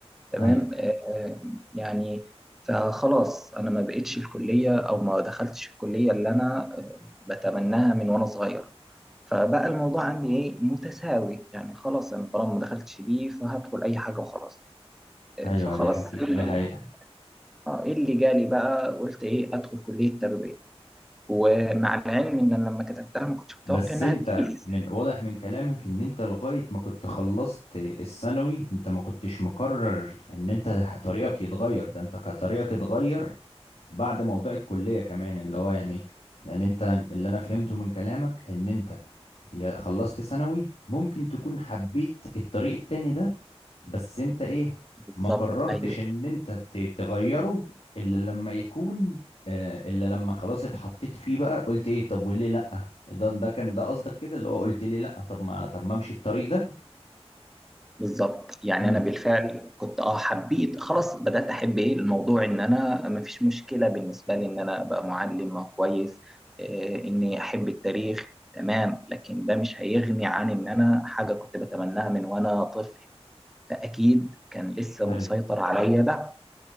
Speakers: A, in the centre; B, on the left.
A: تمام
B: ايوه
A: آه آه، يعني فخلاص أنا ما بقتش الكلية أو ما دخلتش الكلية اللي أنا آه، بتمناها من وأنا صغير فبقى الموضوع عندي إيه متساوي يعني خلاص أنا طالما ما دخلتش دي فهدخل أي حاجة وخلاص
B: ايوه
A: فخلاص
B: دي حقيقة
A: ال-
B: دي حقيقة
A: آه، ايه اللي جالي بقى قلت ايه ادخل كلية تربية ومع العلم ان انا لما كتبتها ما كنتش متوقع
B: بس
A: انها
B: انت
A: تجيلي
B: من واضح من كلامك ان انت لغاية ما كنت خلصت الثانوي انت ما كنتش مقرر ان انت ه- طريقك يتغير ده انت كان طريقك اتغير بعد موضوع الكلية كمان اللي هو يعني يعني انت اللي انا فهمته من كلامك ان انت يا خلصت ثانوي ممكن تكون حبيت الطريق التاني ده بس انت ايه
A: بالظبط
B: ما قررتش
A: ايوه
B: ان انت ت- تغيره الا لما يكون آه، الا لما خلاص اتحطيت فيه بقى قلت ايه طب وليه لا ده ده كان ده قصدك كده اللي هو قلت ليه لا طب ما طب ما امشي الطريق ده
A: بالظبط يعني
B: امم
A: انا بالفعل كنت اه حبيت خلاص بدات احب ايه الموضوع ان انا ما فيش مشكله بالنسبه لي ان انا ابقى معلم أو كويس إيه اني احب التاريخ تمام لكن ده مش هيغني عن ان انا حاجه كنت بتمناها من وانا طفل فاكيد كان لسه
B: ايوه
A: مسيطر عليا ده